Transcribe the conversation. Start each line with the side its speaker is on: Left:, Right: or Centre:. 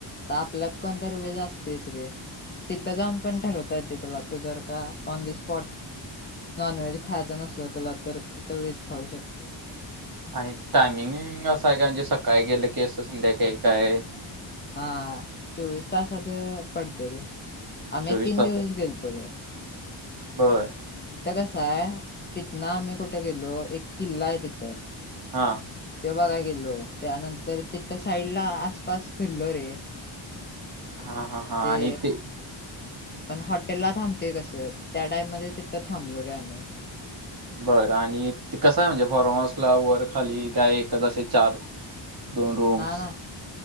Left: तापल्यात कोणतरी व्हेज आसतयच रे. तिथं जाऊन पण ठरवता येतय तुला. तू जर का on the spot non veg खायचा नसलं तुला तर तिथं व्हेज खाऊ शकते.
Right: आणि टायमिंग असं हाय काय म्हणजे सकाळी गेलं की असं संध्याकाळी काय
Left: हा चोवीस तासाच पडतय रे. आम्ही
Right: चोवीस
Left: तीन
Right: तास
Left: दिवस गेलतो ब.
Right: बर.
Left: तिथं कसं हाय तिथनं आम्ही कुठं गेलो, एक किल्ला हाय तिथं
Right: हा
Left: ते बघाय गेलो. त्यानंतर तिथ साईड ला आसपास फिरलो रे.
Right: हा-हा-हा
Left: म्हणजे
Right: आणि ते
Left: पण हॉटेल ला थांबतोय कसं त्या टाइप मध्ये तिथं थांबलो रे आम्ही.
Right: बरं आणि ते कसं हाय म्हणजे फॉर्महाऊसला वर, खाली, काय एकच असे चार दोन रूम्स
Left: ना ना